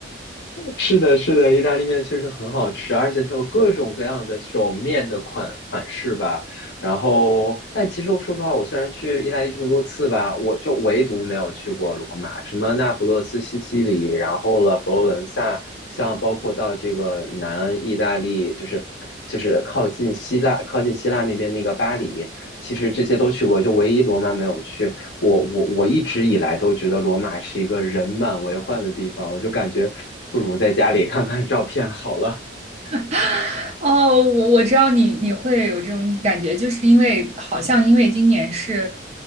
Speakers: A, on the left; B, on the right.
A: 是的，是的，意大利面确实很好吃，而且它有各种各样的这种面的款款式吧。然后，但其实我说实话，我虽然去意大利这么多次吧，我就唯独没有去过罗马，什么那不勒斯、西西里，然后了佛罗伦萨，像包括到这个南意大利，就是就是靠近希腊、靠近希腊那边那个巴黎，其实这些都去过，就唯一罗马没有去。我我我一直以来都觉得罗马是一个人满为患的地方，我就感觉不如在家里看看照片好了。
B: <laughs> 哦，我我知道你你会有这种感觉，就是因为好像因为今年是，